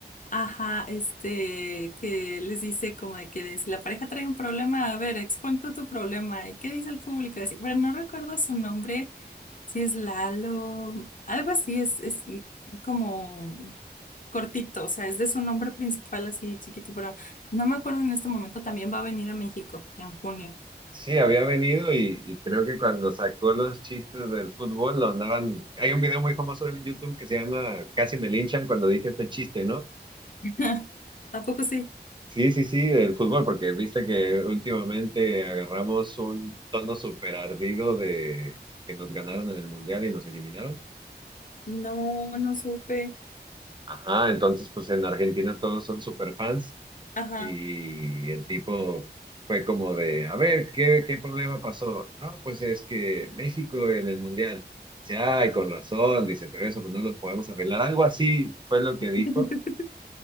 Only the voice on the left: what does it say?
Ajá, este, que les dice como de que si la pareja trae un problema, a ver, expon tú tu problema. ¿Y qué dice el público? Así, pero no recuerdo su nombre, si es Lalo, algo así, es, es como cortito, o sea, es de su nombre principal así chiquito, pero no me acuerdo en este momento, también va a venir a México en junio.
<laughs> ¿A poco sí?
No, no supe.
Ajá,
<laughs>